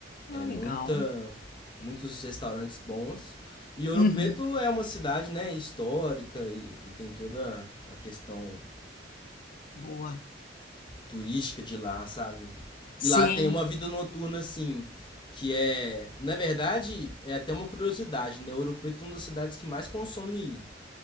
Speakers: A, on the left; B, on the left.
A: é
B: Ah,
A: muita,
B: legal.
A: muitos restaurantes bons. E Ouro
B: Uhum.
A: Preto é uma cidade, né, histórica e, e tem toda a questão
B: Boa.
A: turística de lá, sabe?
B: Sim.
A: E lá tem uma vida noturna, assim, que é. Na verdade, é até uma curiosidade, né? Ouro Preto é uma das cidades que mais consome